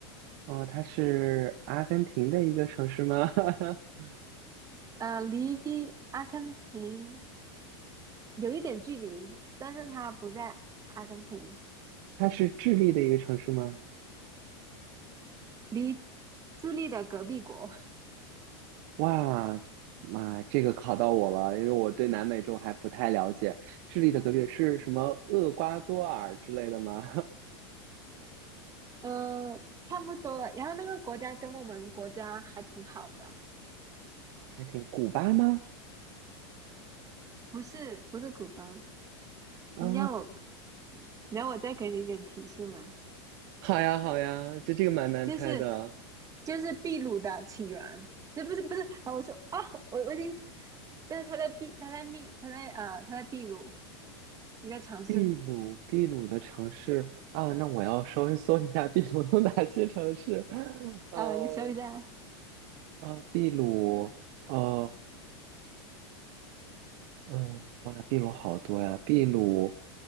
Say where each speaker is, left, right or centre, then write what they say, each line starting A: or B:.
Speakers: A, on the right; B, on the right.
A: 哦，它是阿根廷的一个城市吗？<laughs>
B: 呃，离阿根廷有一点距离，但是它不在阿根廷，
A: 它是智利的一个城市吗？
B: 离智利的隔壁国，
A: 哇，妈，这个考到我了，因为我对南美洲还不太了解。智利的隔壁是什么？厄瓜多尔之类的吗？
B: 呃，差不多了。然后那个国家跟我们国家还挺好的，
A: <laughs> 还挺，古巴吗？
B: 不是不是古巴，
A: 啊，
B: 你让我。然后我再给你一点提示嘛，
A: 好呀，好呀，就这个蛮难猜的。
B: 就是就是秘鲁的起源，这不是不是啊？我说啊，我我已经，但是他在秘他在秘他在啊，他在秘鲁一个城市
A: 秘鲁，秘鲁的城市啊，那我要稍微搜一下秘鲁有哪些城市。<laughs> 呃
B: 啊、呃你搜一下，
A: 啊，秘鲁，呃嗯，哇，秘鲁好多呀，秘鲁，